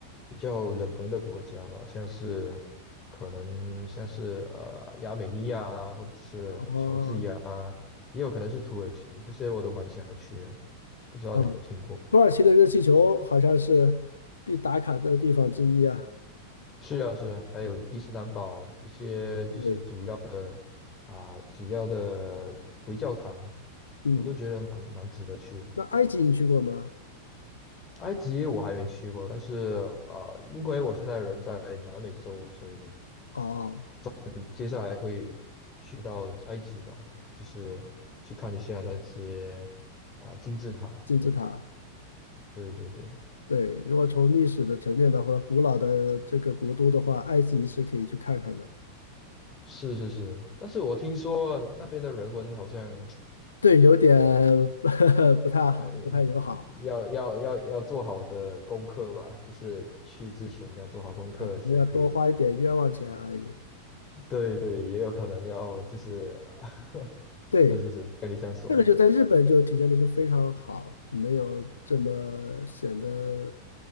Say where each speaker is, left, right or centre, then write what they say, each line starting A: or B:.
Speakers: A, on the left; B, on the left.
A: 比较冷门的国家吧，像是可能像是呃亚美尼亚啊或者是乔治亚，
B: 哦，
A: 也有可能是土耳其，这些我都蛮想要去的，不知道你有没有听过？
B: 嗯，土耳其的热气球好像是必打卡的地方之一啊。
A: 是啊是啊，还有伊斯兰堡一些就是主要的啊、
B: 对，
A: 主要的回教堂，
B: 嗯，
A: 我都觉得蛮蛮值得去的。
B: 那埃及你去过吗？
A: 埃及我还没去过，但是啊，因为我现在人在南美洲，所以
B: 哦，
A: 嗯接下来会去到埃及吧，就是去看一下那些啊、金字塔。
B: 金字塔。
A: 对对对对，
B: 对，如果从历史的沉淀的话，古老的这个国都的话，埃及是可以去看看的。
A: 是是是。但是我听说那边的人文好像
B: 对，有点 <laughs> 不太好，
A: 呃
B: 不太友好
A: 要要要要做好的功课吧，就是去之前要做好功课才可以。
B: 啊，可能要多花一点冤枉钱而已。
A: 对对，也有可能要就是，<laughs>
B: 对，
A: 是是是，跟你这样说的。
B: 这个就在日本就体现的就非常好，没有这么显得